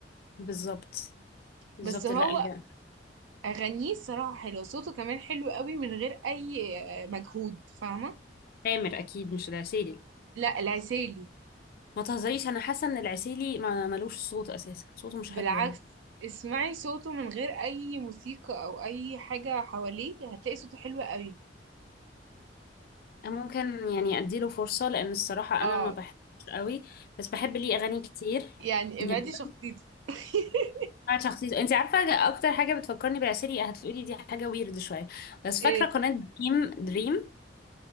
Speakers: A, on the left (about 55°); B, on the right (about 85°).
A: بالظبط بالظبط
B: بس هو
A: لا الجا
B: اغانيه الصراحه حلوه صوته كمان حلو قوي من غير اي آه، مجهود فاهمه
A: تامر اكيد مش العسيلي
B: لا العسيلي
A: ما تهزريش انا حاسه ان العسيلي ما ملوش صوت اساسا صوته مش
B: بالعكس
A: حلو يعني
B: اسمعي صوته من غير اي موسيقى او اي حاجه حواليه هتلاقي صوته حلو قوي
A: أنا ممكن يعني اديله فرصه لان الصراحه
B: اه
A: انا ما بحبش قوي بس بحب ليه اغاني كتير
B: يعني
A: جدا
B: ابعدي شخصيته <laughs>
A: بتاعت شخصيته انت عارفه اكتر حاجه بتفكرني بالعسيلي هتقولي دي حاجه ويرد شويه بس
B: ايه
A: فاكره قناه دريم دريم